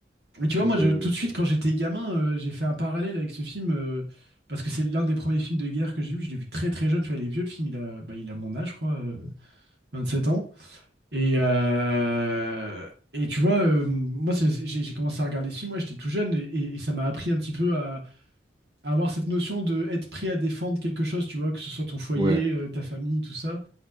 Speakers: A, on the right; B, on the right.
A: Mais tu
B: Faudrait
A: vois, moi,
B: que
A: je- tout de suite,
B: je- je-
A: quand j'étais gamin, euh, j'ai fait un parallèle avec ce film euh, parce que c'est l'un des premiers films de guerre que j'ai vu. Je l'ai vu très très jeune. Tu vois, il est vieux le film. Il a, bah, il a mon âge, je crois, euh, sept ans. Et, euh, et tu vois, euh, moi, c'est- c'est- j'ai j'ai commencé à regarder ce film. Ouais, j'étais tout jeune et, et- et ça m'a appris un petit peu à, à avoir cette notion de être prêt à défendre quelque chose. Tu vois, que ce soit ton foyer,
B: je- Ouais,
A: euh, ta famille, tout ça,